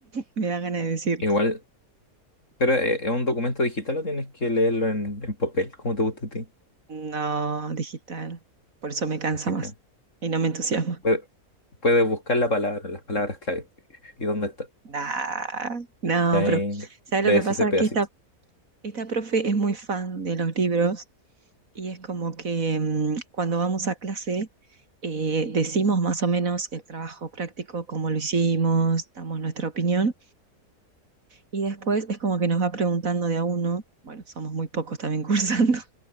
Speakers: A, on the right (about 60°); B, on the left (about 55°).
A: Me da ganas de decir,
B: Igual, pero eh, ¿es un documento digital o tienes que leerlo en, en papel, como te gusta a ti?
A: no, digital. Por eso me cansa
B: Digital.
A: más y no me entusiasma.
B: Puedes puedes buscar la palabra, las palabras clave. ¿Y dónde está?
A: Nah, no,
B: Y ahí
A: pero ¿sabes
B: lees
A: lo que pasa?
B: ese pedacito.
A: Que esta, esta profe es muy fan de los libros Y es como que mm, cuando vamos a clase eh, decimos más o menos el trabajo práctico, cómo lo hicimos, damos nuestra opinión y después es como que nos va preguntando de a uno, bueno, somos muy pocos también <laughs> cursando,